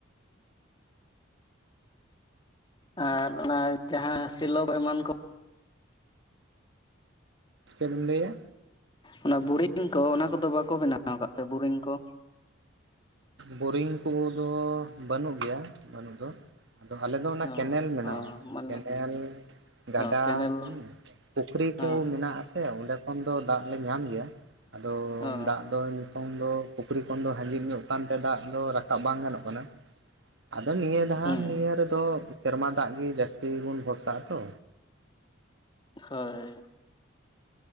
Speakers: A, on the left (about 25°); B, on the right (about 60°).
A: ᱟᱨ ᱚᱱᱟ ᱡᱟᱦᱟᱸ ᱥᱮᱞᱳ ᱮᱢᱟᱱ ᱠᱚ
B: ᱪᱮᱫ ᱵᱤᱱ ᱞᱟᱹᱭᱟ?
A: ᱚᱱᱟ ᱵᱚᱨᱤᱝ ᱠᱚ ᱚᱱᱟ ᱠᱚᱫᱚ ᱵᱟᱠᱚ ᱵᱮᱱᱟᱣ ᱠᱟᱜ ᱯᱮᱭᱟ ᱵᱚᱨᱤᱝ ᱠᱚ?
B: ᱵᱚᱨᱤᱝ ᱠᱚ ᱫᱚ ᱵᱟᱹᱱᱩᱜ ᱜᱮᱭᱟ ᱵᱟᱹᱱᱩᱜ ᱫᱚ᱾ ᱟᱫᱚ ᱟᱞᱮ ᱫᱚ ᱚᱱᱟ
A: ᱚ
B: ᱠᱮᱱᱮᱞ ᱢᱮᱱᱟᱜ-ᱟ
A: ᱚ ᱢᱟᱱᱮ
B: ᱠᱮᱱᱮᱞ ᱜᱟᱰᱟ
A: ᱚ ᱠᱮᱱᱮᱞ
B: ᱦᱩᱸ ᱯᱩᱠᱷᱨᱤ ᱠᱚ
A: ᱚ
B: ᱢᱤᱱᱟᱜ-ᱟ ᱥᱮ ᱥᱮ ᱚᱸᱰᱮ ᱠᱷᱚᱱ ᱫᱚ ᱫᱟᱜ ᱞᱮ ᱧᱟᱢ ᱜᱮᱭᱟ ᱟᱫᱚ
A: ᱚ
B: ᱫᱟᱜ ᱫᱚ ᱠᱷᱚᱱ ᱫᱚ ᱯᱩᱠᱷᱨᱤ ᱠᱷᱚᱱ ᱫᱚ <unintelligible> ᱧᱚᱜ ᱠᱟᱱᱛᱮ ᱫᱟᱜ ᱫᱚ ᱨᱟᱠᱟᱵ ᱵᱟᱝ ᱜᱟᱱᱚᱜ ᱠᱟᱱᱟ, ᱟᱫᱚ ᱱᱤᱭᱟᱹ ᱫᱷᱟᱱ
A: ᱦᱩᱸ
B: ᱱᱤᱭᱟᱹ ᱨᱮᱫᱚ ᱥᱮᱨᱢᱟ ᱫᱟᱜ ᱜᱮ ᱡᱟᱹᱥᱛᱤ ᱵᱚᱱ ᱵᱷᱚᱨᱥᱟᱜ ᱟᱛᱚ᱾
A: ᱦᱳᱭ᱾